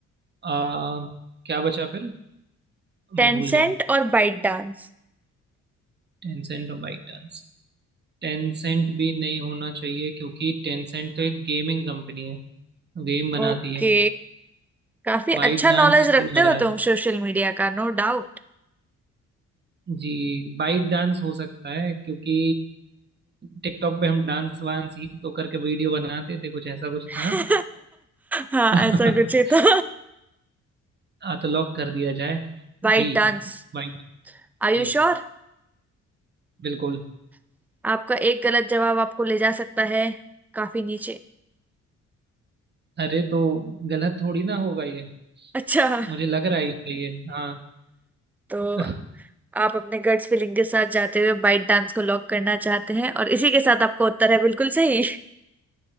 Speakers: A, on the right; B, in the centre.
A: आ, क्या बचा फिर
B: टेंसेंट
A: मैं भूल गया
B: और बाइट डांस
A: टेंसेंट और बाइक डांस टेंसेंट भी नहीं होना चाहिए क्योंकि टेंसेंट तो एक गेमिंग कंपनी है गेम बनाती
B: ओके
A: है
B: काफी
A: बाइट
B: अच्छा
A: डांस
B: नॉलेज रखते
A: वो लग
B: हो
A: रहा है
B: तुम सोशल मीडिया का नो डाउट
A: जी बाइट डांस हो सकता है क्योंकि टिकटॉक पे हम डांस वांस ही तो करके वीडियो बनाते थे कुछ ऐसा कुछ
B: <laughs>
A: था ना
B: हाँ
A: <laughs>
B: ऐसा कुछ ही था
A: हाँ तो लॉक कर दिया जाए
B: बाइट
A: बी
B: डांस
A: बाइट
B: Are you
A: जी
B: sure
A: बिल्कुल
B: <laughs> आपका एक गलत जवाब आपको ले जा सकता है काफी नीचे
A: अरे तो गलत थोड़ी ना होगा ये
B: अच्छा <laughs>
A: मुझे लग रहा है ये सही है हाँ
B: तो
A: <laughs>
B: आप अपने गट्स फीलिंग के साथ जाते हुए बाइट डांस को लॉक करना चाहते हैं और इसी के साथ आपका उत्तर है बिल्कुल सही